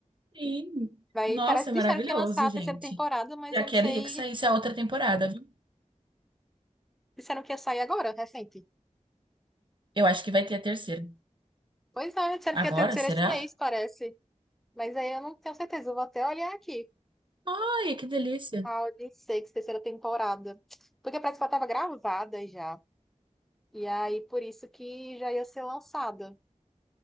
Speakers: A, on the right; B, in the centre.
A: Sim.
B: Vai,
A: Nossa,
B: parece
A: é
B: que
A: maravilhoso,
B: disseram que ia lançar a
A: gente.
B: terceira temporada, mas
A: Já
B: eu
A: queria
B: não sei.
A: que saísse a outra temporada, viu?
B: Disseram que ia sair agora, recente.
A: Eu acho que vai ter a terceira.
B: Pois é, disseram
A: Agora,
B: que ia ter a terceira
A: será?
B: esse mês, parece. Mas aí eu não tenho certeza, eu vou até olhar aqui.
A: Ai, que delícia.
B: Round Six terceira temporada. Porque parece que ela tava gravada já. E aí, por isso que já ia ser lançada.